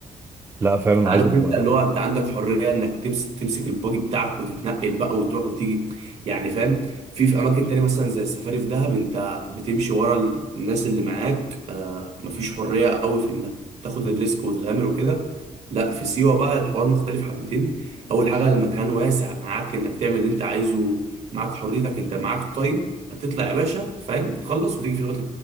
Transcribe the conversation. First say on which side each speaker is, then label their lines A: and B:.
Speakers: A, on the right (about 20°); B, on the right (about 55°).
A: لا فعلا
B: عارف
A: عايز ابقى
B: انت اللي هو انت عندك حريه انك تمسك تمسك الباجي بتاعك وتتنقل بقى وتروح وتيجي يعني فاهم في في اماكن تانية مثلا زي السفاري في دهب انت بتمشي ورا الناس اللي معاك آه مفيش حريه قوي في انك تاخد الريسك وتغامر وكده لا في سيوه بقى الحوار مختلف حبتين اول حاجه المكان واسع معاك انك تعمل اللي انت عايزه معاك حريتك انت معاك تايم تطلع يا باشا فاهم تخلص وتيجي في الوقت